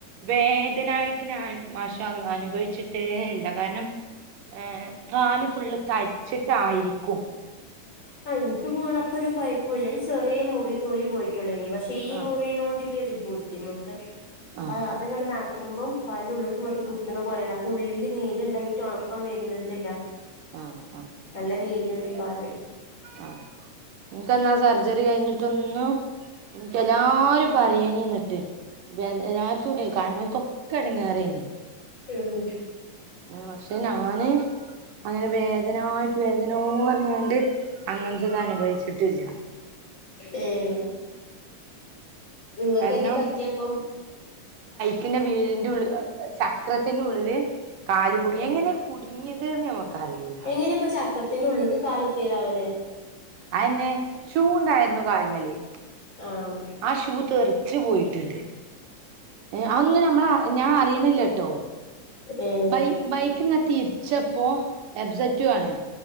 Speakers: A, on the right; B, on the left.
A: വേദനായിട്ട് ഞാൻ മാഷഅല്ലാഹ് അനുഭവിച്ചിട്ടേ ഇല്ല കാരണം ഏർ കാല് ഫുള്ള് തരിച്ചിട്ടായിരിക്കും
B: ആ എനിക്ക് വീണപ്പൊ ഒരു പൈപ്പില്ല ചെറിയ മുറി തൊലി പോയിട്ടുള്ളു ഇനി പക്ഷെ ഈ
A: ആഹ്
B: മുറീനൊണ്ട് രു ബുദ്ധിമുട്ട്
A: ആഹ്
B: അതെ നട കുക്കുമ്പോം പല ഉള്ളക്കും ഇങ്ങോട്ട് കുത്തുന്ന പോലെയാണ് അപ്പൊ ഉള്ളില് നീരുണ്ടായിട്ട് ഉണക്കം വരുന്നട്ടില്ല.
A: ആഹ്
B: നല്ല നീരുണ്ട് കാല്
A: ആഹ ക്ക് എന്നാ സർ ചറി കഴിഞ്ഞിട്ടൊന്ന് എനക്ക് എല്ലാരും പറയേനിന്നിട്ട്. രാ കണ്ണക്കൊക്കെ ഇടങ്ങേറേന്
B: ഉം..
A: പക്ഷെ ഞാന് അങ്ങനെ വേദനായിട്ട്. ഇതിനോ പറഞ്ഞോണ്ട് അങ്ങനത്തെ ഇത് അനുഭവിച്ചിട്ടില്ല.
B: എ ഏഹ്.. നിങ്ങൾക്ക്
A: കാരണം
B: എന്ത പറ്റിയപ്പം.
A: ന്റെ വീടിന്റെ ഉള്ളി ചക്രത്തിന്റെ ഉള്ളില്. കാല് കുടിങ്ങി
B: ആഹ്
A: എങ്ങനെ കുടുങ്ങിയതെന്ന് നമ്മക്ക് അറിയൂല.
B: എങ്ങനെ ഇപ്പൊ ചക്രത്തിന്റെ ഉള്ളില് കാല് എത്തിയതാവല്ലേ.
A: അയന്നെ ഷൂണ്ടായിരുന്നു കാല്മ്മല്.
B: ആഹ്
A: ആ ഷൂ തെറിച്ച് പോയിട്ട്ണ്ട് ഏ അതൊന്നും നമ്മള ഞാൻ അറിയണില്ലട്ടോ.
B: ഏഹ്
A: ബൈ ബൈക്ക് ഇങ്ങെ തിരിച്ചപ്പോ എബ്സറ്റുആണ്